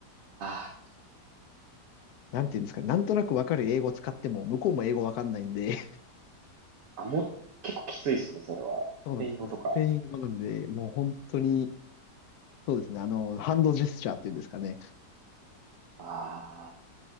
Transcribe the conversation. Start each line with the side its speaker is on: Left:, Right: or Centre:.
Right: あー、
Left: なんていうんですかね、なんとなくわかる英語使っても、向こうも英語わかんないんで、
Right: あ、もう、結構きついですね、それは。
Left: <laughs> そうなんですよ。
Right: スペイン語とか。
Left: スペイン語なんで、もう本当に、そうですね。あの、ハンドジェスチャーっていうんですかね。
Right: ああ、